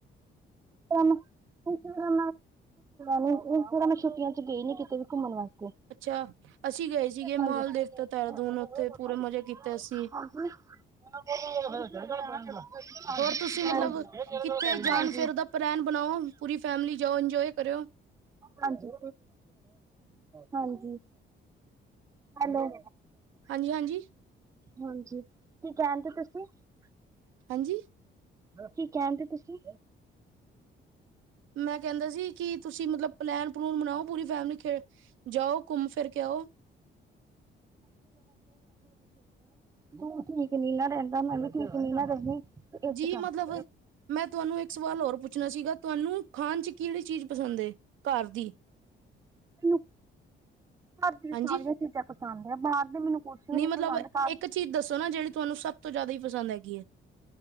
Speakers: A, on the right; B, on the right.
A: ਤਰ ਮੈਂ ਛੁੱਟੀਆਂ ਨੀ ਇਸ ਤਰ੍ਹਾ ਮੈ ਛੁੱਟੀਆਂ 'ਚ ਗਈ ਨੀ ਕਿਤੇ ਵੀ ਘੁੰਮਣ ਵਾਸਤੇ
B: ਅੱਛਾ ਅਸੀਂ ਗਏ ਸੀਗੇ
A: ਹਾਂਜੀ
B: ਮਾਲਦੇਵ
A: <unintelligible>
B: ਤੇ ਦੇਹਰਾਦੂਨ ਉੱਥੇ ਪੂਰੇ ਮਜ਼ੇ ਕੀਤੇ ਅਸੀਂ ਹੋਰ ਤੁਸੀਂ ਮਤਲਬ ਕਿੱਥੇ ਜਾਣ
A: ਹਾਂਜੀ
B: ਫਿਰ ਦਾ
A: <unintelligible>
B: ਪਲੈਨ ਬਣਾਓ ਪੂਰੀ ਫੈਮਲੀ ਜਾਓ ਇੰਜੋਏ ਕਰਿਓ
A: ਹਾਂਜੀ- ਹਾਂਜੀ- ਹਲੋ-
B: ਹਾਂਜੀ- ਹਾਂਜੀ-
A: ਹਾਂਜੀ ਕੀ ਕਹਿਣਦੇ ਤੁਸੀ
B: ਹਾਂਜੀ
A: ਕੀ ਕਹਿਣਦੇ ਤੁਸੀਂ
B: ਮੈਂ ਕਹਿੰਦਾ ਸੀ ਕਿ ਤੁਸੀਂ ਮਤਲਬ ਪਲੈਨ ਪਲੂਨ ਬਨਾਓ ਪੂਰੀ ਫੈਮਿਲੀੇ ਜਾਓ ਘੁੰਮ ਫਿਰ ਕੇ ਆਓ।
A: <unintelligible> ਤੇ ਠੀਕ ਨੀ ਨਾ ਰਹਿੰਦਾ ਮੈਂ ਵੀ ਠੀਕ ਨੀ ਨਾ ਰਹਿੰਦੀ। ਤੇ ਇਸ
B: ਜੀ
A: ਕਰਕੇ
B: ਮਤਲਬ ਮੈਂ ਤੁਹਾਨੂੰ ਇੱਕ ਸਵਾਲ ਹੋਰ ਪੁੱਛਣਾ ਸੀਗਾ, ਤੁਹਾਨੂੰ ਖਾਣ ਚ ਕਿਹੜੀ ਚੀਜ਼ ਪਸੰਦ ਹੈ ਘਰ ਦੀ
A: ਮੈਨੂੰ ਘਰ ਦੀਆਂ
B: ਹਾਂਜੀ
A: ਸਾਰੀਆਂ ਚੀਜ਼ਾਂ ਪਸੰਦ ਆ ਬਾਹਰ ਦੇ ਮੈਨੂੰ ਕੁਛ ਵੀ
B: ਨਹੀਂ
A: ਨੀ
B: ਮਤਲਬ
A: ਪਸੰਦ ਘਰ
B: ਇੱਕ ਚੀਜ਼ ਦੱਸੋ ਨਾ ਜਿਹੜੀ ਤੁਹਾਨੂੰ ਸਭ ਤੋਂ ਜ਼ਿਆਦਾ ਹੀ ਪਸੰਦ ਹੈਗੀ ਹੈ।